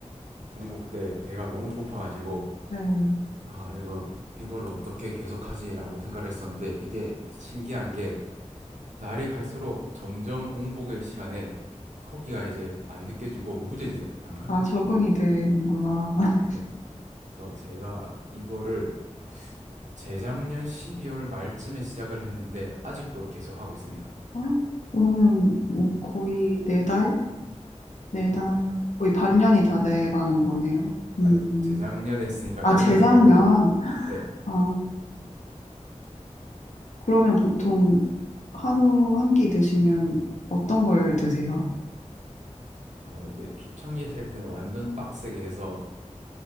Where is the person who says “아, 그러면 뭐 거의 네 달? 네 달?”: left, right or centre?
Left